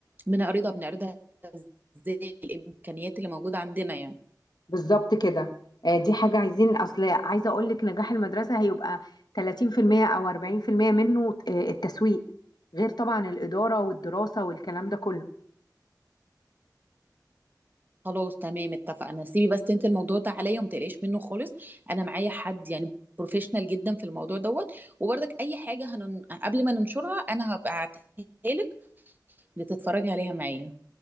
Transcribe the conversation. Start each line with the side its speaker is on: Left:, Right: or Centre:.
Right: بنعرضها بنعرضها ازاي الامكانيات اللي موجوده عندنا يعني
Left: بالظبط كده آه، دي حاجة عايزين أصل عايزة أقول لك نجاح المدرسة هيبقى 30% أو 40% منه آه، التسويق غير طبعا الإدارة والدراسة والكلام ده كله
Right: خلاص تمام اتفقنا سيبي بس انت الموضوع ده عليا وما تقلقيش منه خالص انا معايا حد يعني بروفيشنال جدا في الموضوع دوت وبرضك اي حاجه هنن... قبل ما ننشرها انا هبقى هبعتها لك لتتفرجي عليها معايا